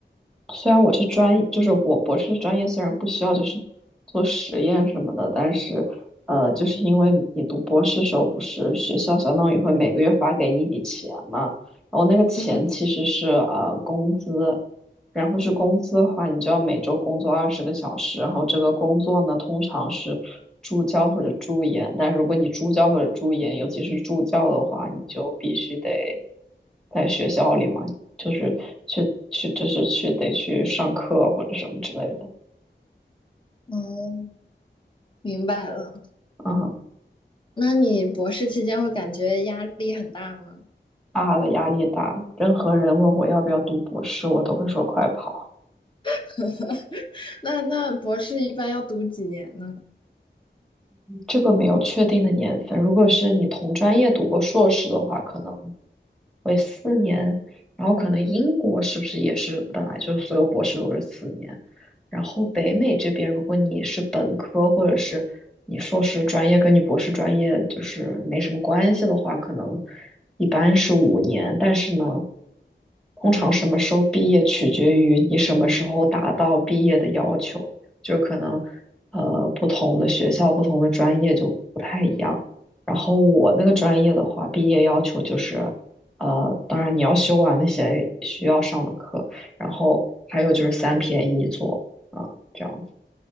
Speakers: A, in the centre; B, on the left (about 25°).
A: 虽然我这专业就是我博士的专业虽然不需要就是做实验什么的，但是呃，就是因为你你读博士时候不是学校相当于会每个月发给你一笔钱嘛，然后那个钱其实是呃工资，
B: 嗯，
A: 然后是工资的话，你就要每周工作二十个小时，然后这个工作呢通常是助教或者助研，但如果你助教或者助研，尤其是助教的话，你就必须得在学校里嘛。就是去去就是去得去上课或者什么之类的。
B: 哦，明白了。
A: 嗯
B: 那你博士期间会感觉压力很大吗？
A: 啊，大的压力大，任何人问我要不要读博士，我都会说快跑。
B: <laughs> 那那博士一般要读几年呢？
A: 这个没有确定的年份。如果是你同专业读过硕士的话，可能会四年。然后可能英国是不是也是本来就是所有博士都是四年？然后北美这边，如果你是本科或者是你硕士专业跟你博士专业就是没什么关系的话，可能一般是五年。但是呢，通常什么时候毕业取决于你什么时候达到毕业的要求。就可能呃不同的学校、不同的专业就不太一样。然后我那个专业的话，毕业要求就是呃，当然你要修完那些需要上的课，然后还有就是三篇一作啊这样子。